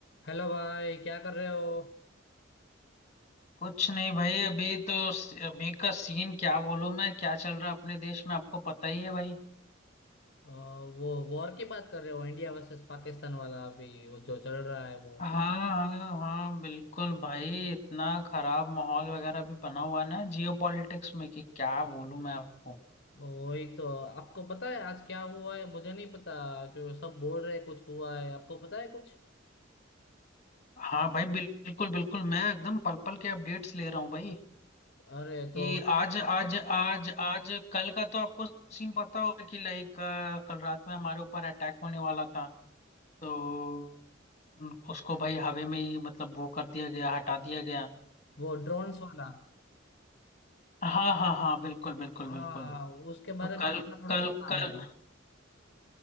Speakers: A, on the left; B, on the left.
A: Hello भाई क्या कर रहे हो
B: कुछ नहीं भाई अभी तो अभी का सीन क्या बोलूं मैं क्या चल रहा है अपने देश में आपको पता ही है भाई
A: अ, वो वॉर की बात कर रहे हो इंडिया वर्सेस पाकिस्तान वाला अभी वो जो चल रहा है वो
B: हाँ हाँ हाँ बिल्कुल भाई इतना खराब माहौल वगैरह भी बना हुआ है ना जियो पॉलिटिक्स में कि क्या बोलूं मैं आपको
A: वही तो आपको पता है आज क्या हुआ है मुझे नहीं पता क्योंकि सब बोल रहे कुछ हुआ है आपको पता है कुछ
B: हाँ भाई बिल्कुल बिल्कुल मैं एकदम पल पल के अपडेट्स ले रहा हूँ भाई
A: अरे तो
B: कि आज आज आज आज कल का तो आपको सीन पता होगा कि लाइक कल रात में हमारे ऊपर अटैक होने वाला था तो उन- उसको भाई हवा में ही मतलब वो कर दिया गया हटा दिया गया
A: वो ड्रोन्स वाला
B: हाँ हाँ हाँ बिल्कुल बिल्कुल
A: हाँ
B: बिल्कुल
A: उसके
B: तो
A: बारे
B: कल
A: में थोड़ा थोड़ा
B: कल
A: सुना
B: कल
A: मैंने